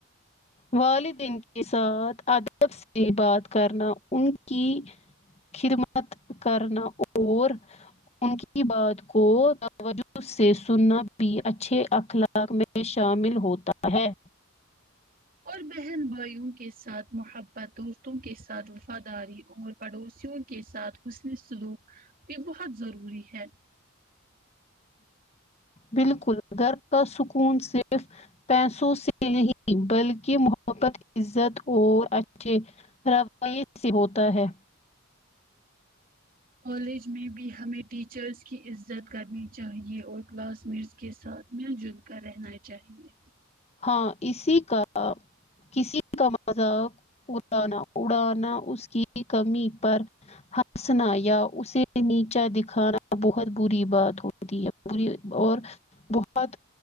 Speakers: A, on the left; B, on the right.
A: والدین کے ساتھ ادب سے بات کرنا ان کی خدمت کرنا اور ان کی بات کو توجہ سے سننا بھی اچھے اخلاق میں شامل ہوتا ہے
B: اور بہن بھائیوں کے ساتھ محبت دوستوں کے ساتھ وفاداری اور پڑوسیوں کے ساتھ حسن سلوک بھی بہت ضروری ہے
A: بالکل گھر کا سکون صرف پیسوں سے نہیں بلکہ محبت عزت اور اچھے رویت سے ہوتا ہے
B: کالج میں بھی ہمیں ٹیچرس کی عزت کرنی چاہیے اور کلاس میٹس کے ساتھ مل جل کر رہنا چاہیے
A: ہاں اسی کا کسی کا مذاق اڑانا اڑانا اس کی کمی پر ہنسنا یا اسے نیچا دکھانا بہت بری بات ہو ہوتی ہے پوری اور بہت